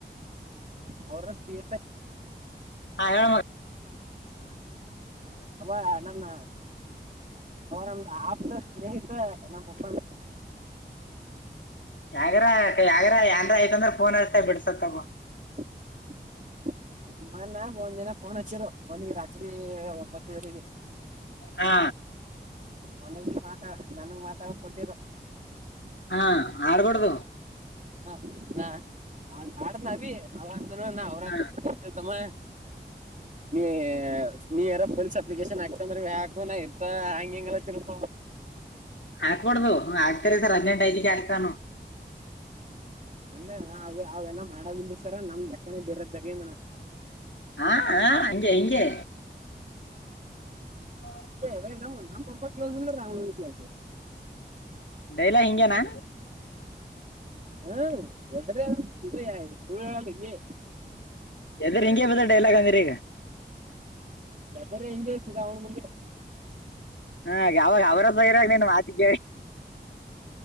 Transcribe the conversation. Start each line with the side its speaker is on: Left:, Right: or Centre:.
Right: ಅವರ ಪ ಎಸ್
Left: ಹಾ ಹೇಳ ಮ
Right: ಅಬ್ಬ ನನ್ನ ಅವರಮ್ದ ಆಪ್ತ ಸ್ನೇಹಿತ ನಮ್ಮ ಪಪ್ಪ
Left: ಯಗ ಯಾಗ್ರ ಯಏಂದ್ರ ಆಯ್ತಂದ್ರ ಫೋನ್ ಹೇಳ್ತಾ ಬಿಡ್ಸತ್ತಗ
Right: <unintelligible> ಮ್ಮನ್ ಒಂದ್ ಜನ ಪೋನ್ ಹಚ್ಚಿರು ಒಂದಗ ರಾತ್ರಿ ಒಂಬತ್ತುವರೆಗೆ
Left: ಹಾ
Right: ನನಗ ಮಾತಾ ನನಗೆ ಮಾತಾಡ ಕೊಟ್ಟಿರ
Left: ಹಾ ಆಡ್ಬಡ್ದ
Right: ಹ ನಾ ಆಡ್ ನೀ ನಾವಂತ ನ ಅವ್ರಮ್ಮ
Left: ಹ
Right: ಹ ನೀ ನೀ ಯಾರ ಪೊಲೀಸ್ ಅಪ್ಲಿಕೇಶನ್ ಆಗ್ತಂದ್ರ ಯಾಕ ನ ಇರ್ತಾ ಹಂಗ ಹಂಗಲ್ಲ ತಿರ್ಪ
Left: ಹಾಕ್ಬಡ್ದು ಆಗ್ತಾರ ಸರ್ ಹದಿನೆಂಟ ಐದಕ್ಕೆ ಆಗ್ತಾನು
Right: ಇಲ್ಲ ಅವೆಲ್ಲ ಮಾಡಾವಿಲ್ಲ ಸರ ನಮ್ ಕ್ಕನ ಬೇರೆದ್ದಾಗಂದ
Left: ಹಾ ಹ ಅಂಜೆ ಹಂಜಗೆ ಹಾ
Right: ಅೇ ನಮ್ಮ ನಮ್ಮ ಹಬ್ಬ ಕೆಲೋಿಂದಿಸಲವಿ
Left: ಡೈಲ ಹಿಂಗನಾ
Right: ಹಾ ಎದ್ರ ಇ ಸುಗೆ
Left: ಪ್ರಿಂಗಗೆ ಬದ ಡೈಲಾಗ್ ಅಂದ ರ
Right: ಯ್ದರ ಹೆಿಂಗಗೆತದೆ ಅವನ ಮುಂದೆ
Left: ಹಾ ಯಾವಾಗ ಅವರ ಇರಾಗ ನೀನು ಮಾತಿ ಕೇಳಿ